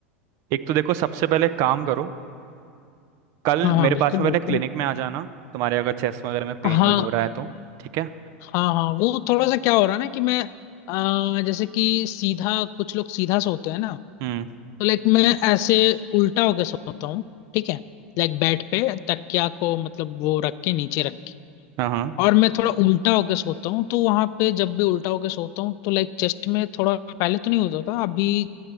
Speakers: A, on the right; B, on the left.
A: एक तो देखो सबसे पहले एक काम करो कल
B: हाँ हाँ
A: मेरे
B: बिल्कुल
A: पास में
B: बिल्कुल
A: पहले क्लिनिक में आ जाना तुम्हारे अगर चेस्ट वगैरह में पेन
B: हाँ
A: वेन हो रहा है तो ठीक है
B: हाँ हाँ वो थोड़ा सा क्या हो रहा है ना कि मैं आ, जैसे कि सीधा कुछ लोग सीधा सोते हैं ना
A: हम्म
B: तो लाइक मैं ऐसे उल्टा होके सोता हूँ ठीक है लाइक बेड पे तकिया को मतलब वो रख के नीचे रख के
A: हाँ हाँ
B: और मैं थोड़ा उल्टा होके सोता हूँ तो वहां पे जब भी उल्टा होके सोता हूँ तो लाइक चेस्ट में थोड़ा पहले तो नहीं होता था अभी